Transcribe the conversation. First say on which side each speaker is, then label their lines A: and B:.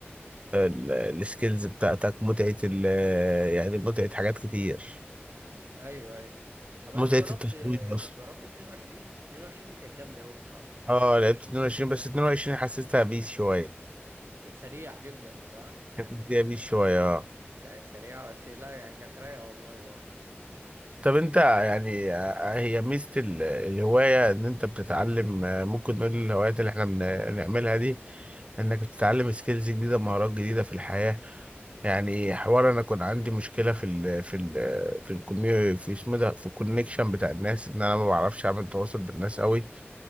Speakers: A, on the right (about 30°); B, on the right (about 65°).
A: ال... السكيلز بتاعتك متعة ال... يعني متعة حاجات كتير
B: ايوه ايوه طب انت
A: متعة
B: جربت
A: التفويض بس
B: جربت 22 22 دي كانت جامده قوي الصراحه
A: اه لعبت 22 بس 22 حسيتها بيس شوية
B: سريع جدا صح
A: كانت مديها بيس شوية آه.
B: كانت سريعه بس لا يعني كانت رايقه والله برضه
A: طب انت يعني آه، هي ميزة ال- الهواية ان انت بتتعلم آه، ممكن نقول الهوايات اللي احنا بن- بنعملها دي انك بتتعلم سكيلز جديدة مهارات جديدة في الحياة يعني حوار انا كان عندي مشكلة في ال في ال في الكميو في اسمه ده في الكونكشن بتاع الناس ان انا ما بعرفش اعمل تواصل بالناس قوي